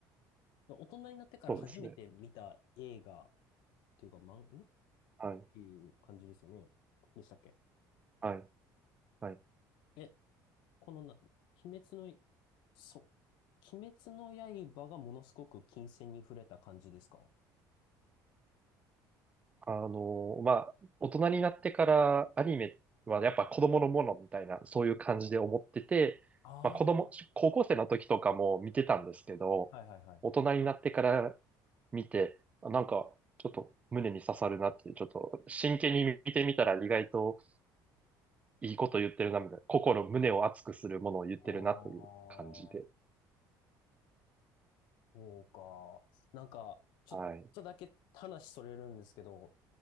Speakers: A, on the left (about 75°); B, on the right (about 20°).
A: 大人になってから初めて見た映画っ
B: そうですね。
A: ていうか、漫、んっ
B: はい。
A: ていう感じですよね。でしたっけ
B: はい。はい。
A: え、このな、鬼滅の、そう、鬼滅の刃がものすごく金線に触れた感じですか
B: あの、まあ、大人になってからアニメはやっぱ子供のものみたいな、そういう感じで思ってて、
A: あ
B: まあ子供、高校生の時とかも見てたんですけど、
A: あ、はいはいはい。
B: 大人になってから見て、あなんかちょっと胸に刺さるなっていう、ちょっと真剣に見てみたら意外といいこと言ってるな、みたいな、心、胸を熱くするものを言ってるなという感じで。
A: ああ、そうか。なんか、ちょっとだけ話それるんですけど、
B: はい。